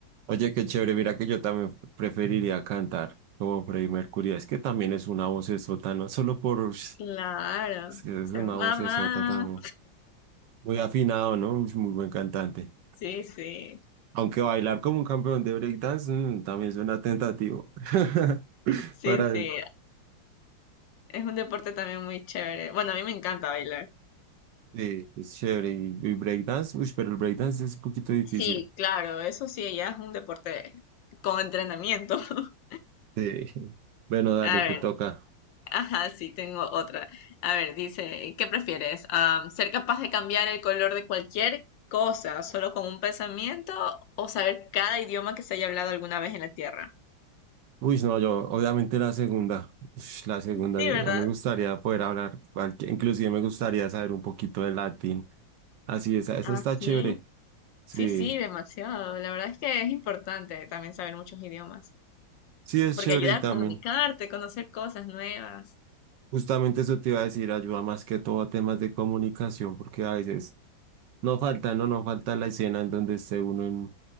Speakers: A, on the right; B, on the left.
A: Oye, qué chévere. Mira que yo también preferiría cantar como Freddie Mercury. Es que también es una vocesota, no solo por... ush,
B: Claro,
A: Es que
B: ser
A: es una
B: mamá.
A: vocesota también. Muy afinado, ¿no? Ush, Muy buen cantante.
B: Sí, sí,
A: Aunque bailar como un campeón de breakdance mm, también suena tentativo. <laughs>
B: sí,
A: Para
B: sí. Es un deporte también muy chévere. Bueno, a mí me encanta bailar.
A: Sí, es chévere. Y, y breakdance, uy, pero el breakdance es un poquito difícil.
B: Sí, claro, eso sí, ya es un deporte con entrenamiento. <laughs>
A: Sí. Bueno, dale,
B: A ver,
A: te toca.
B: Ajá, sí, tengo otra. A ver, dice, ¿qué prefieres? Ah, ¿ser capaz de cambiar el color de cualquier cosa solo con un pensamiento o saber cada idioma que se haya hablado alguna vez en la Tierra?
A: Uy, no, yo, obviamente la segunda. Ush, la segunda,
B: Sí,
A: yo
B: ¿verdad?
A: me gustaría poder hablar, cualquier- inclusive me gustaría saber un poquito de latín. Así, esa, esa
B: Ah,
A: está
B: sí.
A: chévere. Sí,
B: Sí, sí, demasiado. La verdad es que es importante también saber muchos idiomas,
A: sí, es
B: porque
A: chévere
B: ayuda
A: y también,
B: a comunicarte, conocer cosas nuevas.
A: justamente eso te iba a decir, ayuda más que todo a temas de comunicación, porque a veces no falta, no, no falta la escena en donde esté uno en-